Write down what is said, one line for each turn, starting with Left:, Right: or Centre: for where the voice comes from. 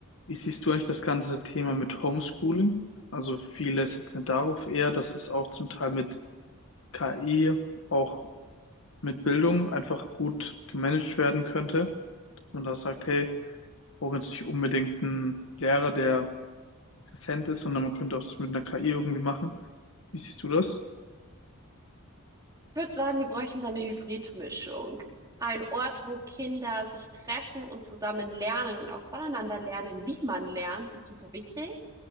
Left: wie siehst du eigentlich das ganze Thema mit Homeschooling? Also viele setzen darauf eher, dass es auch zum Teil mit KI auch mit Bildung einfach gut gemanagt werden könnte. Und da sagt, hey, wir brauchen jetzt nicht unbedingt einen Lehrer, der präsent ist, sondern man könnte auch das mit einer KI irgendwie machen. Wie siehst du das?
Right: Ich würde sagen, wir bräuchten da eine Hybridmischung. Ein Ort, wo Kinder sich treffen und zusammen lernen und auch voneinander lernen, wie man lernt, ist super wichtig.